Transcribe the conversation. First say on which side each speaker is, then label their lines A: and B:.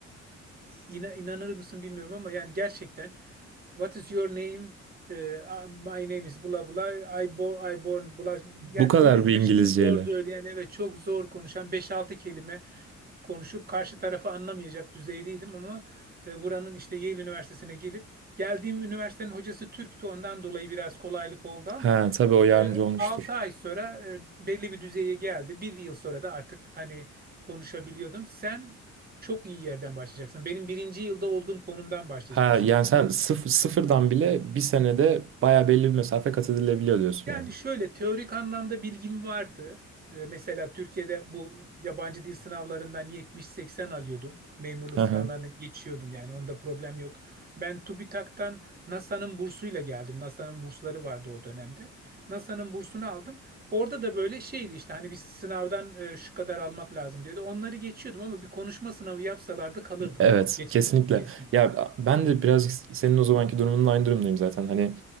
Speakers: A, on the right; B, on the right.
A: İna, inanır mısın bilmiyorum ama yani gerçekten What is your name? Ee, my name is bla bla. I, bo I born bla.
B: Bu
A: Yani
B: kadar
A: böyle yaşını
B: bir İngilizceyle.
A: zor söyleyen, evet çok zor konuşan beş altı kelime konuşup karşı tarafı anlamayacak düzeydeydim ama e, buranın işte Yale Üniversitesi'ne gelip geldiğim üniversitenin hocası Türk'tü ondan dolayı biraz kolaylık oldu ama
B: Ha tabii o yardımcı
A: e,
B: olmuştur.
A: 6 ay sonra e, belli bir düzeye geldi. Bir yıl sonra da artık hani konuşabiliyordum. Sen çok iyi yerden başlayacaksın. Benim birinci yılda olduğum konumdan başlayacaksındır
B: Ha yani
A: eminim.
B: sen sıf- sıfırdan bile bir senede baya belli bir mesafe kat edilebiliyor diyorsun
A: Yani
B: yani.
A: şöyle teorik anlamda bilgim vardı. Ee, mesela Türkiye'de bu yabancı dil sınavlarından 70-80 alıyordum. Memurluk
B: Hı
A: sınavlarına
B: hı.
A: geçiyordum yani onda problem yok. Ben TÜBİTAK'tan NASA'nın bursuyla geldim. NASA'nın bursları vardı o dönemde. NASA'nın bursunu aldım. Orada da böyle şeydi işte hani bir sınavdan e, şu kadar almak lazım diyordu. Onları geçiyordum ama bir konuşma sınavı yapsalardı kalırdım.
B: Evet,
A: Geçemezdim
B: kesinlikle.
A: kesinlikle.
B: Ya ben de birazcık senin o zamanki durumunun aynı durumdayım zaten. Hani